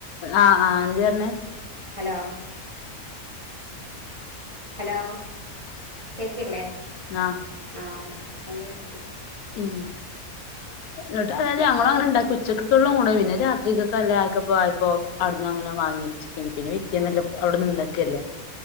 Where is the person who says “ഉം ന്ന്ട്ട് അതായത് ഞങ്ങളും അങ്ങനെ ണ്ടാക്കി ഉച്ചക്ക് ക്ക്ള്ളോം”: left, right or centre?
Left